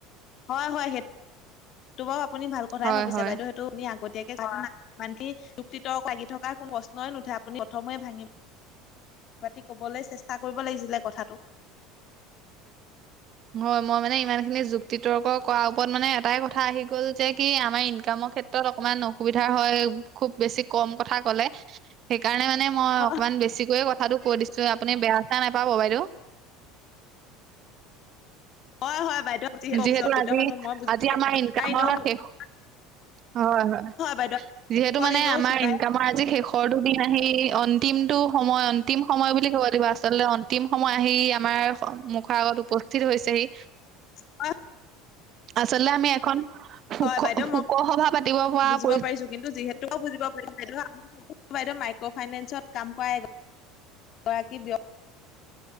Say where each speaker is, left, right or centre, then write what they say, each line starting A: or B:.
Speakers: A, on the left; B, on the right.
A: হয়, হয় সেই তো বাৰ আপুনি ভাল কথাই
B: হয়
A: ভাবিছে
B: হয়
A: বাইদেউ সেইটো আপুনি আগতীয়াকে মানে যুক্তি তৰ্ক লাগি থকাৰ কোনো প্ৰশ্নই নুঠে আপুনি প্ৰথমে ভাঙিব ক মাতি কবলৈ চেষ্টা কৰিব লাগিছিলে কথাটো।
B: হয়, মই মানে ইমান খিনি যুক্তি তৰ্ক কৰাৰ ওপৰত মানে এটাই কথা আহি গ'ল যে কি আমাৰ ইনকামৰ ক্ষেত্ৰত ত অকণমান অসুবিধা হয় খুব বেছি কম কথা ক'লে সেইকাৰণে মানে মই
A: হয়
B: অকমান বেছিকৈয়ে কথাটো কৈ দিছো। চ' আপুনি বেয়া চেয়া নাপাব বাইদেউ।
A: হয়, হয় বাইদেউ। আপুনি অফিচৰ
B: যিহেতু
A: অকৃত
B: আজি,
A: মানুহ মই বুজি
B: আজি
A: পাইছো।
B: আমাৰ ইনকামৰ
A: আপোনাৰ এনেও মুখ-
B: শেষৰ হয়, হয়
A: বাইদেউ
B: যিহেতু
A: মুখখন
B: মানে
A: এনেও
B: আমাৰ
A: চুকাই
B: ইনকামৰ আজি শেষৰটো দিন আহি অ অন্তিমটো সময় অন্তিম সময় বুলি ক'ব লাগিব আচলতে অন্তিম সময় আহি আমাৰ মুখৰ আগত উপস্থিত হৈছেহি।
A: <unintelligible>
B: আচলতে আমি এখন শুক
A: হয় বাইদেউ
B: শোকৰ
A: মই
B: সভা পাতিব পৰা
A: বুজিব
B: পৰি
A: পাৰিছো কিন্তু যিহেতুও বুজিব পাৰি বাইদেউ, বাইদেউ মাইক্ৰ ফাইনেন্সত কাম কৰা এ গৰাকী ব্যয়